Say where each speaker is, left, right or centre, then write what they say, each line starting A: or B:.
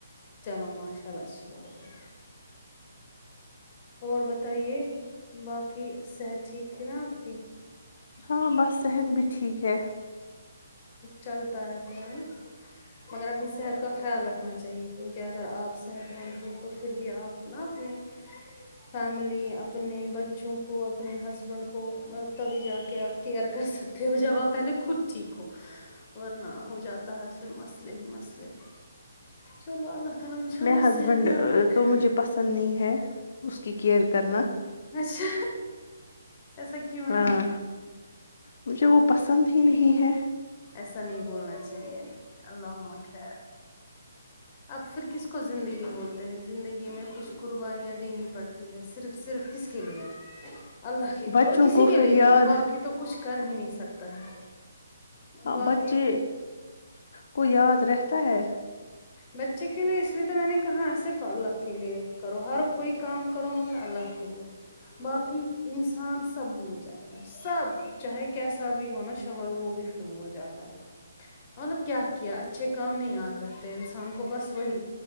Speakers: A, on the left (about 30°); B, on the left (about 50°).
A: چلو ماشاء اللہ اچھی بات ہے اور بتائیے باقی صحت ٹھیک ہے نا آپ کی
B: ہاں بس صحت بھی ٹھیک ہے
A: چلتا ہے فرینڈ مگر اپنی صحت کا خیال رکھنا چاہیے کیونکہ اگر آپ صحت مند ہو تو پھر بھی آپ نہ اپنے فیملی اپنے بچ بچوں کو اپنے ہسبینڈ کو تبھی جا کے آپ کیئر کر سکتے ہو جب آپ پہلے خود ٹھیک ہو ورنہ ہو جاتا ہے پھر مسئلے ہی مسئلے چلو اللہ تعالی ان شاء اللہ
B: میں ہسبینڈ
A: صحت یاب رکھے
B: تو مجھے نہیں ہے اس کی کیئر کرنا
A: اچھا ایسا کیوں
B: ہاں
A: ہے
B: مجھے وہ پسند ہی نہیں ہے
A: ایسا نہیں بولنا چاہیے اللہ ہمہ خیر اب پھر کس کو زندگی بولتے ہیں زندگی میں کچھ قربانیاں دینی پڑتی ہیں صرف صرف کس کے لیے اللہ کے لیے
B: بچوں
A: اور کسی
B: کو
A: کے
B: پھر
A: لیے نہیں
B: یاد
A: ہے باقی تو کچھ کر ہی نہیں سکتا ہے
B: ہاں
A: باقی
B: بچے کو یاد رہتا ہے
A: بچے کے لیے اس لیے تو میں نے کہا صرف اللہ کے لیے کرو ہر کوئی کام کرو مگر اللہ کے لیے باقی انسان سب بھول جاتا سب چاہے کیسا بھی ہونا شوہر وہ بھی پھر بھول جاتا ہے مطلب کیا کیا اچھے کام نہیں یاد رہتے انسان کو بس وہی